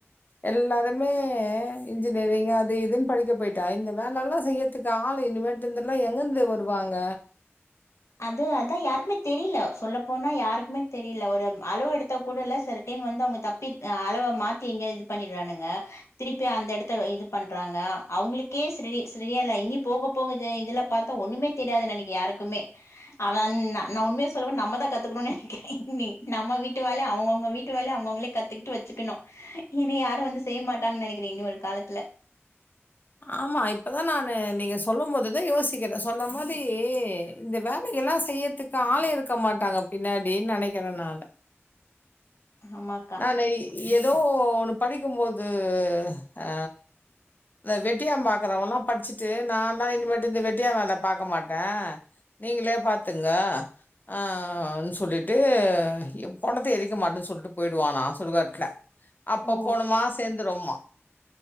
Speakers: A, on the left (about 40°); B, on the left (about 80°).
A: எல்லாருமே இன்ஜினியரிங் அது இதுன்னு படிக்க போய்ட்டா இந்த வேலல்லா செய்யதுக்கு ஆலு இனிமேட்டுந்துல்லா எங்கந்து வருவாங்க
B: அது அதா யாருக்குமே தெரில சொல்ல போனா யாருக்குமே தெரில ஒரு அளவு எடுத்த கூடல்ல ச டேம் வந்து அவுங்கே தப்பி அளவ மாத்தி எங்கயோ இது பண்ணிடுறானுங்க திருப்பி அந்த எடத்தல இது பண்றாங்கே அவுங்களுக்கே சீர்டி சீர்டி இல்ல இனி போக போகுது இதுல்ல பாத்தா ஒண்ணுமே தெரியாது நெனக்கே யாருக்குமே அவன் நா நா உண்மையே சொல்லுவே நம்ம தா கத்துக்கோணுனு நெனக்கிறே நம்ம வீட்டு டு வேலயு அவுங்கவுங்க வீட்டு வேலயு அவுங்கவுங்களே கத்துக்கிட்டு வச்சிக்கணு இனி யாரு வந்து செய்ய மாட்டாங்கனு நெனக்கிறே இனி வரு காலத்துல
A: ஆமா இப்பதா நானு நீங்கே சொல்லும் போதுதா யோசிக்கிறே சொன்ன மாதி இந்த வேலைகள்லா செய்ய த்துக்கு ஆலே இருக்க மாட்டாங்க பின்னாடினு நெனக்கிறே நானு
B: ஆமாக்கா
A: நானு ஏதோ ஒன்னு படிக்கும்போது ஆ இந்த வெட்டியாம் பாக்குறவல்லா படிச்சிட்டு நான்லா இனிமேட்டு இந்த வெட்டியா வேல பாக்க மாட்டே நீங்களே பாத்துங்க ஆ சொல்லிட்டு பொனத்த எரிக்க மாட்டன் சொல்ட்டு போய்டுவானா சுடுகாட்ல அப்ப
B: ஓ
A: பொனமா சேர்ந்துருமா